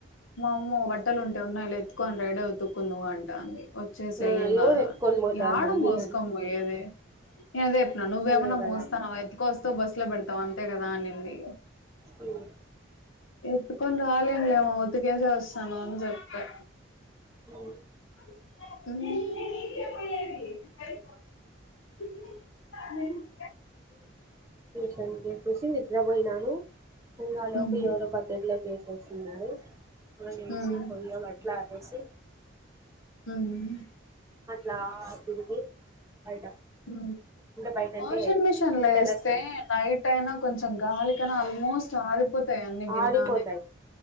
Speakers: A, on the left; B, on the right.
A: మామ్మో బట్టలు ఉంటే ఉన్నాయి లే ఎత్తుకొని రా ఈడే ఉతుకుందువు రా అంటాంది వచ్చేసేయ్
B: ఆ
A: ఏమ్
B: ఎవరు
A: కాదు గాన
B: ఎత్తుకొని పోతారు
A: యాడ
B: మళ్ళీ
A: మోసుకొని
B: అని
A: పోయ్యొది అదే నువ్వేమన్నా
B: అదే కదా
A: మోస్తన్నవ అయి కోస్తావ్ బస్సులో పెడతావు అంతే కదా అనింది
B: స్కూల్
A: ఎత్తుకొని రాలేన్ లేమ్మ ఉతికేసే వస్తాను అని చెప్పా
B: అవునా
A: ఉ
B: పని జేసెసి నిద్రబోయినాను ఇంగ ఆలోపు
A: హ్మ్
B: ఎవరో పక్కకు లేప్ లేసెస్తున్నారు మల్లా లేసి
A: హ్మ్
B: పొయా బట్లార ఎసి
A: హ్మ్
B: అట్లా తిరిగి బయట
A: అ
B: అంటే బయట అంటే
A: ఆషింగ్ మిషన్ లో
B: టెర్రస్
A: ఏస్తే
B: పైన
A: బయటైన కొంచెం గాలి కాని ఆల్మోస్ట్ ఆరిపొ తాయి అన్ని భిన్నానే
B: ఆరిపోతాయి